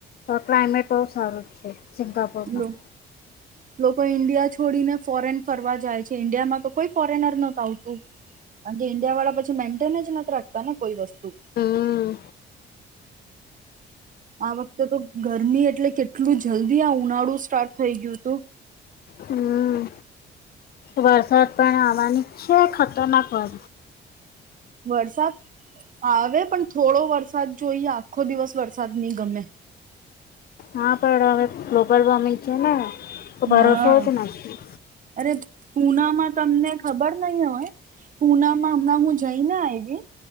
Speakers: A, on the left; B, on the right.
A: ક્લાઇમેટ બહુ સારું છે. સિંગાપોરમાં
B: લો, લોકો ઇન્ડિયા જ છોડીને ફોરેન ફરવા જાય છે. ઈન્ડિયામાં તો કોઈ ફોરેનર નથ, આવતું કાર કે ઈન્ડિયા વાળા પછી મેન્ટેન જ નથી રાખતા ને. કોઈ વસ્તુ.
A: હમ
B: આ વખતે તો ગરમી એટલે કેટ એટલું, જલ્દી આ ઉનાળું સ્ટાર્ટ થઈ ગયું હતું
A: હમ્મ. વરસાદ પણ આવા નીચ ખતરનાક વા
B: વરસાદ આવે પણ થોડો વરસાદ જોઈએ આખો દિવસ વરસાદ ની ગમે.
A: હા પણ હવે ગ્લોબલ વોર્મિંગ છે ને. તો ભરોસો
B: હા,
A: જ નથી
B: અરે પુનામાં તમને ખબર નહી હોય, પુનામાં હમણાં હું જઈને આઈવી